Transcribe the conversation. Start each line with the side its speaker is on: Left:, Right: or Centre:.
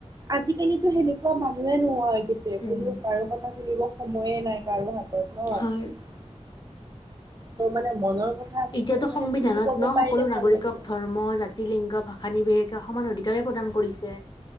Right: আজিকালি সেনেকুৱা মানুহে নোহ হৈ গৈছে
Left: উম
Right: কোনো আৰু কথা শুনিব সময়ে নাই কাৰো হাতত ন'।
Left: হয়
Right: ত' মানে মনৰ কথাবোৰ
Left: এতিয়াতো
Right: মানে
Left: সংবিধানত
Right: খুলি ক'ব
Left: ন'
Right: পাৰিলে
Left: সকলো নাগৰিকক
Right: ভাল লাগিলে।
Left: ধৰ্ম জাতি লিংগ ভাষা নিৰ্বেষে সমান অধিকাৰ প্ৰদান কৰিছে।